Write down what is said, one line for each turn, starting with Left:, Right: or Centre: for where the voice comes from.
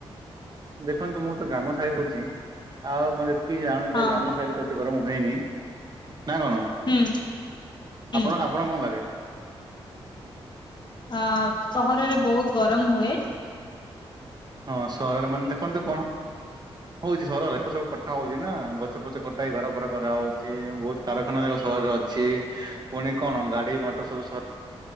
Right: ଦେଖନ୍ତୁ ମୁଁ ତ ଗ୍ରାମ ସାହି ଦେଖୁଛି ଆଉ ମୁଁ ଯେତିକି ଜାଣିଛି
Left: ହଁ
Right: ଯେ ଗ୍ରାମ ସାହିରେ ଏତେ ଗରମ ହୁଏନି ନାଁ କଣ
Left: ହୁଁ ହୁଁ
Right: ଆପଣ ଆପଣ କଣ ଲାଗେ?
Left: ଆ ସହରରେ ବହୁତ ଗରମ ହୁଏ।
Right: ହଁ ସହରରେ ମାନେ ଦେଖନ୍ତୁ କଣ ହଉଛି ସହରରେ ସବୁ କଟା ହଉଛିନା ଗଛ ପଛ କଟା ଘର ହେଇ ଘର ଫର କରା ହଉଛି ବହୁତ କାରଖାନା ସ ର ଅଛି ପୁଣି କଣ ଗାଡି ମଟର ସବୁ ସହ